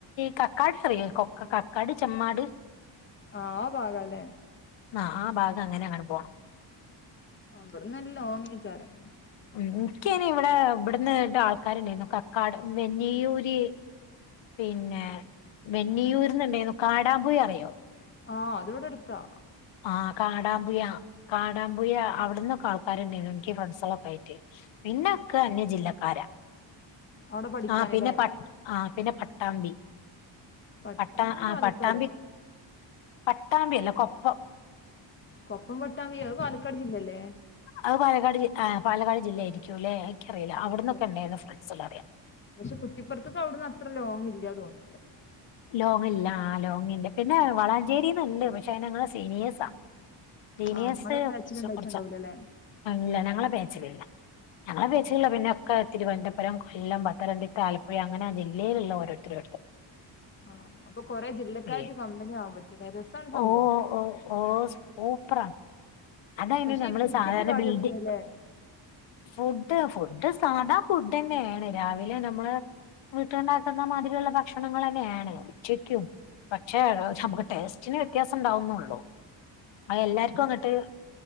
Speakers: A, on the left; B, on the left.
A: കക്കാട് സറിയോ കൊക്ക കക്കാട് ചെമ്മാട്
B: ആ ആ ഭാഗാല്ലേ
A: ആ ആ ഭാഗം അങ്ങനെ അങ്ങനെ പോണം
B: അവിടന്നല്ല ഓങ്ങിക്കാരം
A: എനിക്കി ഇവിടെ ഇവിടന്ന് ഇ ആൾക്കാരുണ്ടായിരുന്നു കക്കാട് വെഞ്ഞിയൂര് പിന്നെ മെന്നിയൂർന്നുണ്ടായിരുന്നു കാടമ്പുയ അറിയോ
B: ആഹ അത് ഇവിടെ എടുത്താ
A: ആ കാടാമ്പുയ കാടാമ്പുയ അവിടന്നൊക്കെ ആൾക്കാണ്ടായിരുന്നു എനിക്ക് ഫ്രണ്ട്സൊക്കെ ആയി പിന്നെക്കെ അന്യ ജില്ലക്കാര
B: അവിടെ പഠിക്കാനില്ലേ
A: ആ പിന്നെ പ ആ പിന്നെ പട്ടാമ്പി
B: പട്ടാമ്പി
A: പട്ടാ ആ
B: പാലക്കാട്
A: പട്ടാമ്പി പട്ടാമ്പി അല്ല കൊപ്പം
B: കൊപ്പം വട്ടാമ്പിയ പാലക്കാട് ജില്ലല്ലേ
A: അത് പാലക്കാട് ജ പാലക്കാട് ജില്ലയായിരിക്കും അല്ലെ എനിക്കറിയില്ല
B: ആ
A: അവിടന്നൊക്കെ
B: അതെ
A: ഉണ്ടായിരുന്നു ഫ്രണ്ട്സ് എല്ലാം അറിയാം
B: പക്ഷെ കുട്ടിപ്പുറത്തേക്ക് അവിടന്ന് അത്ര ലോങ്ങ് ഇല്ലന്നു തോന്നത്
A: ലോങ്ങല്ല ആ ലോങ്ങല്ല പിന്നെ വളാഞ്ചേരിന്നുണ്ട് പക്ഷെ അത് ഞങ്ങള സീനിയേഴ്സാ സീനിയേഴസ്
B: ആഹ് ഇങ്ങളെ ബാച്ചിലുണ്ടായിട്ടുണ്ടാവൂലല്ലേ
A: കുറച്ച ഇല്ല ഞങ്ങളെ ബാച്ചിലല്ല ഞങ്ങളെ ബാച്ചിലൊള്ള
B: ആഹ്
A: പിന്നെ ഒക്കെ തിരുവനന്തപുരം കൊല്ലം പത്തനംതിട്ട ആലപ്പുഴ അങ്ങനെ ആ ജില്ലയിലുള്ള ഓരോരുത്തരു
B: ആഹ അപ്പൊ കൊറെേ ജില്ലകയായിട്ടു
A: പി
B: കമ്പനി ആവാൻ പറ്റുല്ലെ രസമാണ് സംഭവം
A: ഓ ഓ ഓ സൂപ്പറാ അതായിന്
B: പക്ഷെ
A: നമ്മള്
B: ഈ ഫുഡിന്റെ
A: സാധാരണ
B: കാര്യൊക്കെയാണല്ലേ
A: ബിൽഡി ഫുഡ് ഫു് ഫുഡ്‌ സാധാ ഫുഡ് തന്നെയാണ് രാവിലെ നമ്മള് വീട്ടുണ്ടാക്കുന്ന മാതിരിയുള്ള ഭക്ഷണങ്ങൾ തന്നെയാണ് ഉച്ചയ്ക്കും പക്ഷേ നമുക്ക് ടെസ്റ്റിന് വ്യത്യാസം ഉണ്ടാവുന്നുള്ളോ അ എല്ലാർക്കും അങ്ങട്ട്